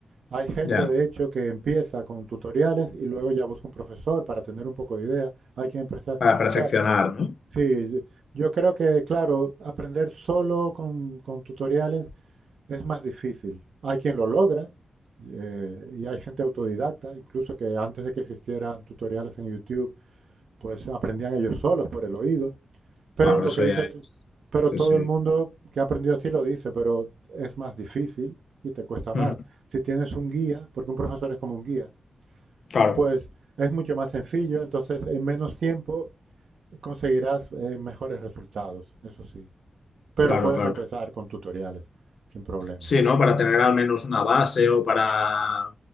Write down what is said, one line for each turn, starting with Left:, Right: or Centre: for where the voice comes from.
Right: Hay gente,
Left: ya.
Right: de hecho, que empieza con tutoriales y luego ya busca un profesor para tener un poco de idea. Hay quien prestar.
Left: Para perfeccionar,
Right: O sea,
Left: ¿no?
Right: Sí, yo, yo creo que, claro, aprender solo con, con tutoriales es más difícil. Hay quien lo logra eh, y hay gente autodidacta, incluso que antes de que existieran tutoriales en YouTube, pues aprendían ellos solos por el oído. Pero
Left: Bueno, pero
Right: lo
Left: eso
Right: que dice,
Left: ya
Right: tú-
Left: es.
Right: pero
Left: Sí,
Right: todo
Left: sí.
Right: el mundo que ha aprendido así lo dice, pero es más difícil y te cuesta más.
Left: Mm,
Right: Si tienes un guía, porque un profesor es como un guía,
Left: Claro,
Right: pues es mucho más sencillo, entonces en menos tiempo Conseguirás eh, mejores resultados, eso sí. Pero
Left: claro,
Right: puedes
Left: claro.
Right: empezar con tutoriales sin problemas.
Left: Sí, ¿no? Para tener al menos una base o para,